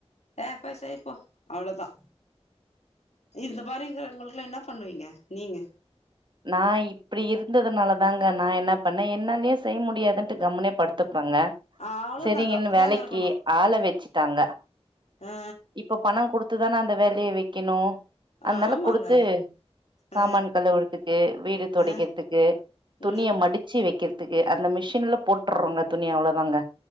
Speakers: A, on the left (about 80°); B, on the right (about 45°).
A: ஏ பச இப்பொ அவ்ளதா இந்த மாரி கலன்களுக்லா என்னா பண்ணுவீங்க நீங்க
B: நா இப்டி இருந்ததுனால தாங்க நா என்னா பண்ணே என்னாலய செய்ய முடியாதுன்ட்டு கம்முனே படுத்துப் பங்க‌
A: ஆ அவ்ளோதாங்க
B: சேரிங்கன்னு
A: அப்டிதாங்க
B: வேலைக்கு
A: இருக்கணு
B: ஆள வச்சுட்டாங்க
A: ஆ
B: இப்ப பண குடு ட்டு தா நா அந்த வேலைய வக்கெணு
A: ஆ
B: அன்னால
A: ஆமாங்க
B: குடுத்து சாமான்
A: ஆ
B: கழுவுற கு வீடு தொடக்கிற்துக்கு
A: ஆ
B: துணிய
A: ம்
B: மடுச்சு வக்கெற்துக்கு து அந்த மிஷின்ல போட்டுர்றோங்க துணி அவ்ளொதாங்க